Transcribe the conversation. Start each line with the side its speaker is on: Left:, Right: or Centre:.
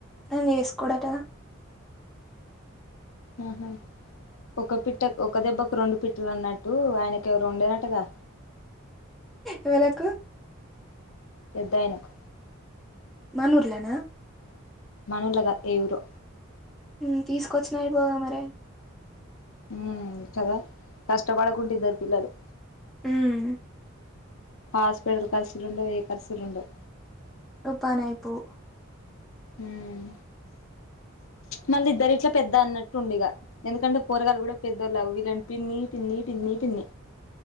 Centre: ఆయన చేసుకోడట.
Left: ఉహు ఒక పిట్ట ఒక దెబ్బకు రెండు పిట్టలు అన్నట్టు ఆయనకి ఎవరో ఉండేనటగా.
Centre: ఎవలకు
Left: పెద్దాయనకు
Centre: మనుర్లోనా
Left: మన ఊర్ల గాదు ఏవురో
Centre: ఉం తీసుకొచ్చిన అయిపోవుగా మరి
Left: ఉం కదా కష్టపడకుంట ఇద్దరు పిల్లలు.
Centre: ఉం
Left: హాస్పిటల్ కరుసులుండవు ఏ కరుసులు ఉండవు.
Centre: ఓ పనైపోవు.
Left: ఉం
Centre: <inaudible>
Left: మళ్ళీ ఇద్దరు ఇట్లా పెద్ద అన్నట్టు ఉండు ఇగా ఎందుకంటే పోరగాలు కూడా పెద్దోళవు వీళ్ళని పిన్ని పిన్ని పి న్నీ